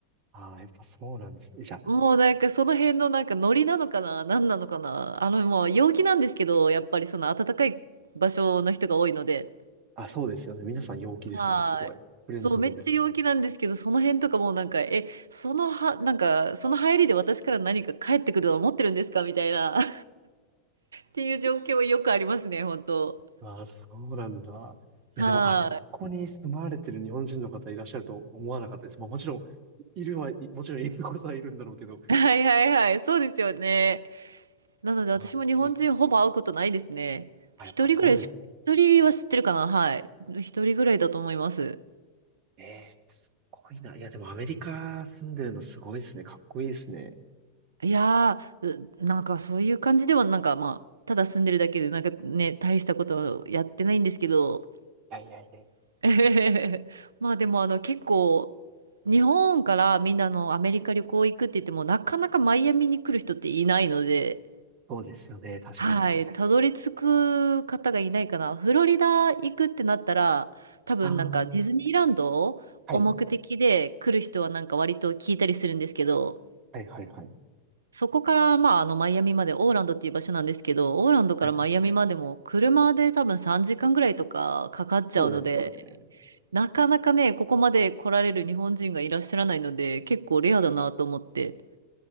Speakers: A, on the right; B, on the right.
A: ああ、やっぱそうなんですね。じゃ
B: もうなんかその辺のなんかノリなのかな、何なのかな。あの、もう陽気なんですけど、やっぱりその暖かい場所の人が多いので。
A: あ、あ、そうですよね。皆さん陽気ですよね。
B: はい。
A: すごい。フレンドリーだし。
B: そう、めっちゃ陽気なんですけど、その辺とかもうなんか、え、そのは、なんか、その入りで私から何か返ってくると思ってるんですかみたいな、<laughs> っていう状況よくありますね、本当。
A: ああ、そうなんだ。いや、
B: は
A: でも、あそこに住まわれてる日本人の方いらっしゃると思わなかったです。まあ、もちろん、いるは、いもちろんいることはいるんだろうけど、
B: い。はいはいはい。そうですよね。なので私も日本人ほぼ会うことないですね。
A: まあ、すごい。あ、
B: 一人ぐらいし、
A: やっぱそうです。
B: 一人は知ってるかなはい。一人ぐらいだと思います。
A: ええ、すごいな。いや、でもアメリカ住んでるのすごいですね。かっこいいですね。
B: いやー、うなんかそういう感じでは、なんかまあ、ただ住んでるだけで、なんかね、大したことやってないんですけど、
A: いやいやいや。
B: <laughs> えへへへまあでもあの結構日本からみんなあのアメリカ旅行行くって言ってもなかなかマイアミに来る人っていないので、
A: そうですよね。確かに。
B: はい、たどり着く方がいないかな。フロリダ行くってなったら多分なんかディズニーランドを目的で来る人はなんか割と聞いたりするんですけど、
A: ああ、はい。はいはいはい。
B: そこからまああのマイアミまでオーランドっていう場所なんですけど、オーランドからマイアミまでも車で多分3時間ぐらいとかかかっちゃうので、
A: はいそうですよね。
B: なかなかね、ここまで来られる日本人がいらっしゃらないので、結構レアだなと思って。